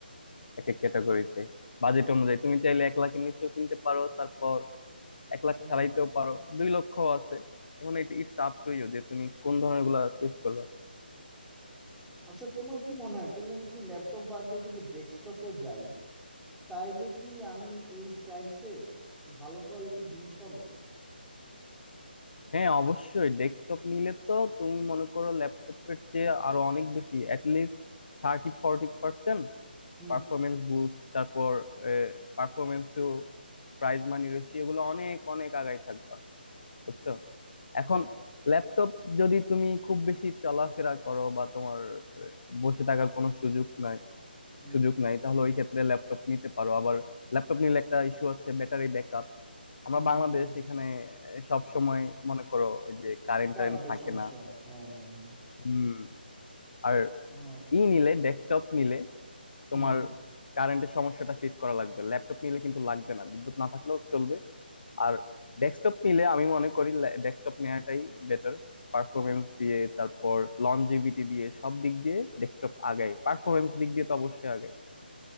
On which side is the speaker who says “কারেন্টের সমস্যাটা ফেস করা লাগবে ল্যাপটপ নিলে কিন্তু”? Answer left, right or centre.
Left